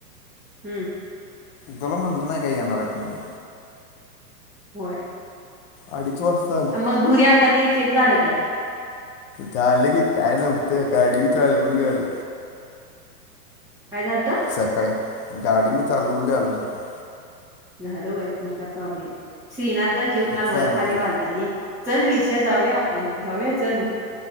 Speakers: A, in the centre; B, on the left.
A: हुं.
B: तूला म्हणलं नाही काय येणार आहेत म्हणून?
A: होय.
B: अडीच वाजता आली
A: मग धुरी आलता, ते चेक झालं काय?
B: झालं की काय नव्हत? गाडी बी चालवून आलो.
A: काय झालतं?
B: सकाळी गाडी मी चालवून बी आलो, सकाळी
A: झाल व्हय म काय प्रॉब्लेम नाही? श्रीनाथचा जीव काल
B: इथंच
A: वर
B: आहे
A: खाली
B: ना ती
A: व्हालता नाई. चल विजया जाऊया आपण, जाऊया चल.